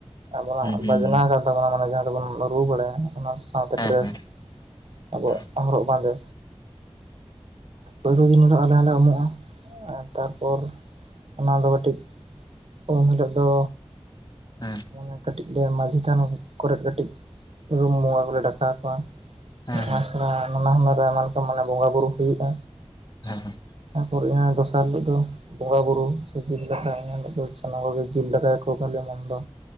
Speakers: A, on the right; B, on the left.
A: ᱟᱵᱚᱱᱟᱜ
B: ᱦᱩᱸ ᱦᱩᱸ
A: ᱵᱟᱡᱱᱟ ᱠᱟᱱ ᱛᱟᱵᱚᱱᱟ ᱢᱟᱱᱮ ᱡᱟᱦᱟᱸ ᱛᱮᱵᱚᱱ ᱨᱩ ᱵᱟᱲᱟᱭᱟ ᱚᱱᱟ ᱥᱟᱶᱛᱮ
B: ᱦᱮᱸ
A: ᱰᱨᱮᱥ,
B: ᱦᱮᱸ
A: ᱟᱵᱚᱣᱟᱜ
B: ᱦᱮᱸ
A: ᱦᱚᱨᱚᱜ ᱵᱟᱸᱫᱮ ᱯᱩᱭᱞᱩ ᱫᱤᱱ ᱦᱤᱞᱳᱜ ᱟᱞᱮ ᱦᱚᱸᱞᱮ ᱩᱢᱩᱜᱼᱟ, ᱛᱟᱨᱯᱚᱨ ᱚᱱᱟ ᱫᱚ ᱠᱟᱹᱴᱤᱡ ᱩᱢ ᱦᱤᱞᱳᱜ ᱫᱚ
B: ᱦᱮᱸ,
A: ᱮ ᱠᱟᱹᱴᱤᱡ ᱞᱮ ᱢᱟᱹᱡᱷᱤ ᱛᱷᱟᱱ ᱠᱚᱨᱮᱜ ᱠᱟᱹᱴᱤᱡ ᱨᱩᱢ ᱵᱚᱸᱜᱟ ᱠᱚᱞᱮ ᱰᱟᱠᱟᱣ ᱠᱚᱣᱟ᱾
B: ᱦᱮᱸ ᱦᱮᱸ ᱦᱮᱸ
A: ᱟᱨ ᱛᱷᱚᱲᱟ ᱱᱟᱱᱟᱦᱩᱱᱟᱹᱨ ᱟᱭᱢᱟ ᱞᱮᱠᱟ ᱵᱚᱸᱜᱟᱵᱩᱨᱩ ᱦᱩᱭᱩᱜᱼᱟ᱾
B: ᱦᱮᱸ, ᱦᱮᱸ,
A: ᱛᱟᱯᱚᱨᱮ ᱫᱚᱥᱟᱨ ᱦᱤᱞᱚᱜ ᱫᱚ ᱵᱚᱸᱜᱟ ᱵᱩᱨᱩ ᱥᱮ ᱡᱤᱞ ᱫᱟᱠᱟ ᱮᱱᱮ ᱦᱤᱞᱚᱜ ᱫᱚ, ᱥᱟᱱᱟᱢ ᱠᱚᱜᱮ ᱡᱤᱞ ᱫᱟᱠᱚ ᱠᱚᱠᱚ ᱢᱚᱢ‌ᱟ ᱩᱱᱫᱚ᱾